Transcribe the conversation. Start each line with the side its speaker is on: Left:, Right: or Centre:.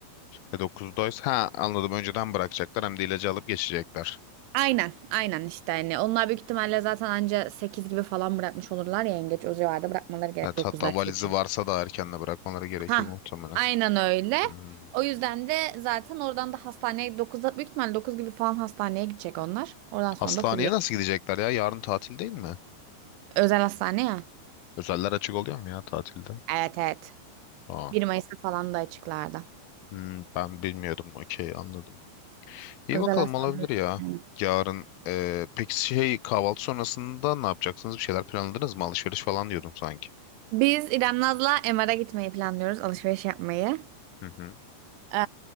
Left: E, 9'daysa ha anladım önceden bırakacaklar hem de ilacı alıp geçecekler.
Right: Aynen, aynen işte hani onlar büyük ihtimalle zaten anca 8 gibi falan bırakmış olurlar ya yengeç o civarda bırakmaları gerek
Left: Evet,
Right: 9'da
Left: hatta valizi
Right: işte uçak.
Left: varsa da erken de bırakmaları gerekir
Right: Ha,
Left: muhtemelen.
Right: aynen öyle.
Left: Hmm.
Right: O yüzden de zaten oradan da hastaneye 9'da büyük ihtimalle 9 gibi falan hastaneye gidecek onlar. Oradan sonra
Left: Hastaneye
Right: da free.
Left: nasıl gidecekler ya? Yarın tatil değil mi?
Right: Özel hastane ya.
Left: Özeller açık oluyor mu ya tatilde?
Right: Evet evet.
Left: Aa.
Right: Bir Mayıs'ta falan da açıklardı.
Left: Hmm, ben bilmiyordum. Okey anladım. İyi
Right: Özel
Left: bakalım
Right: hastaneler.
Left: olabilir ya.
Right: Yani.
Left: Yarın e, peki şey kahvaltı sonrasında ne yapacaksınız? Bir şeyler planladınız mı? Alışveriş falan diyordum sanki.
Right: Biz İrem Naz'la MR'a gitmeyi planlıyoruz. Alışveriş yapmayı.
Left: Hı hı.
Right: Ee,